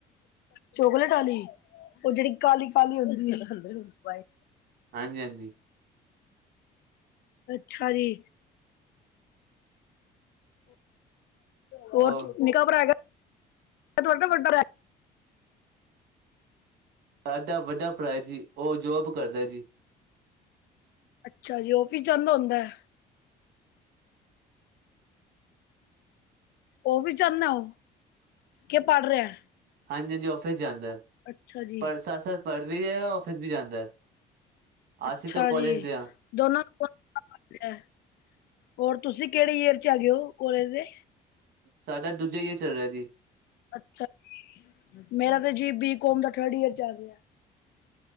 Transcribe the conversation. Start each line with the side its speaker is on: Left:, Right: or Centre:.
Left: ਚੋਕਲੇਟ ਵਾਲੀ, ਉਹ ਜਿਹੜੀ ਕਾਲੀ-ਕਾਲੀ ਹੁੰਦੀ। ਬਾਏ
Right: ਹਾਂਜੀ-ਹਾਂਜੀ।
Left: ਅੱਛਾ ਜੀ ਹੋਰ
Right: ਉਹ
Left: ਨਿੱਕਾ ਭਰਾ ਹੈਗਾ ਤੁਹਾਡਾ ਵੱਡਾ ਭਰਾ?
Right: ਸਾਡਾ ਵੱਡਾ ਭਰਾ ਹੈ ਜੀ ਉਹ ਜੋਬ ਕਰਦਾ ਜੀ।
Left: ਅੱਛਾ ਜੀ ਆਫਿਸ ਜਾਂਦਾ ਹੁੰਦਾ? ਆਫਿਸ ਜਾਨਾ ਉਹ ਕਿ ਪੜ੍ਹ ਰਿਹਾ?
Right: ਹਾਂਜੀ-ਹਾਂਜੀ ਔਫਿਸ ਜਾਂਦਾ,
Left: ਅੱਛਾ ਜੀ
Right: ਪੜ੍ਹ ਸਾਥ-ਸਾਥ ਪੜ੍ਹ ਵੀ ਰਿਹਾ ਔਫਿਸ ਵੀ ਜਾਂਦਾ।
Left: ਅੱਛਾ
Right: ਅਸੀਂ ਤਾਂ ਕਾਲਜ
Left: ਜੀ
Right: ਦੇ ਹਾਂ
Left: ਦੋਨਾਂ <unintelligible> ਹੋਰ ਤੁਸੀਂ ਕਿਹੜੇ ਈਅਰ ਚ ਹੈਗੇ ਉਹ ਕੋਲੇਜ ਦੇ?
Right: ਸਾਡਾ ਦੂਜਾ ਯੀਅਰ ਚੱਲ ਰਿਹਾ ਜੀ।
Left: ਅੱਛਾ ਜੀ ਮੇਰਾ ਤੇ ਜੀ ਬੀ ਕੌਮ ਦਾ ਥਰਡ ਈਅਰ ਚਲ ਰਿਹਾ।